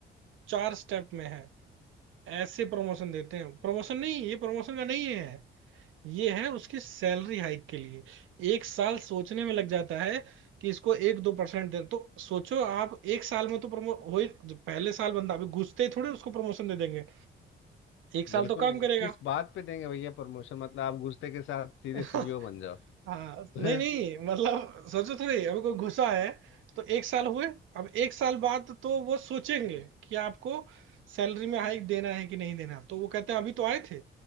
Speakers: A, on the right (about 75°); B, on the left (about 75°).
A: चार स्टेप में है ऐसे प्रमोशन देते हैं प्रमोशन नहीं ये प्रमोशन का नहीं है ये है उसकी सैलरी हाइक के लिए एक साल सोचने में लग जाता है कि इसको एक दो परसेंट दे तो सोचो आप एक साल में तो प्रमो हो ही जो पहले साल बंदा अभी घुसते ही थोड़े उसको प्रमोशन दे देंगे एक साल
B: बिल्कुल
A: तो काम
B: नहीं
A: करेगा
B: किस बात पे देंगे भैया प्रमोशन मतलब आप घुसते के साथ सीधे
A: <laughs>
B: सीईओ बन जाओ
A: हाँ नहीं नहीं
B: <laughs>
A: मतलब सोचो थोड़ी अभी कोई घुसा है तो एक साल हुए अब एक साल बाद तो वो सोचेंगे कि आपको सैलरी में हाइक देना है कि नहीं देना तो वो कहते हैं अभी तो आए थे